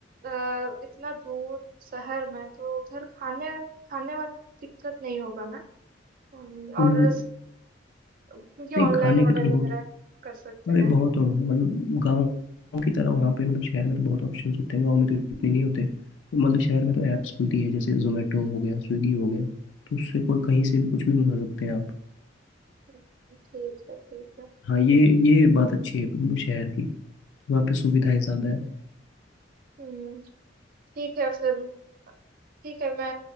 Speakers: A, on the right; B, on the left.
A: आ, इतना दूर शहर में तो उधर खाने खाने वाने में दिक्कत नहीं होगा ना हम्म,
B: उम,
A: और रस- क्योंकि ऑनलाइन
B: नहीं खाने
A: ऑर्डर
B: के तो बहुत
A: वगैरह कर सकते
B: अरे
A: हैं
B: बहुत हो- मतलब गाँव की तरह वहाँ पे मतलब शहर में तो बहुत ऑप्शंस होते हैं गाँव में तो इतने नहीं होते तो मतलब शहर में तो ऐप्स खुलती है जैसे जोमेटो हो गया स्विगी हो गया तो उससे कोई कहीं से भी कुछ भी मंगा सकते हैं आप
A: ठीक है ठीक है
B: हाँ ये ये बात अच्छी है शहर की वहाँ पे सुविधाएं ज़्यादा है
A: हम्म ठीक है फिर ठीक है मैं